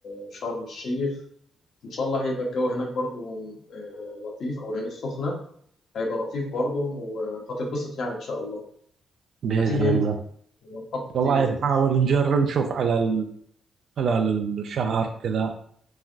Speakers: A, on the left; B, on the right.
A: آه، شرم الشيخ ان شاء الله هيبقى الجو هناك برضه آه، لطيف او العين السخنه هيبقى لطيف برضه وهتتبسط يعني ان شاء الله
B: بإذن
A: هتيجي امتى؟
B: الله
A: ونحط
B: والله
A: امتى؟
B: نحاول نجرب نشوف على ال- خلال الشهر كذا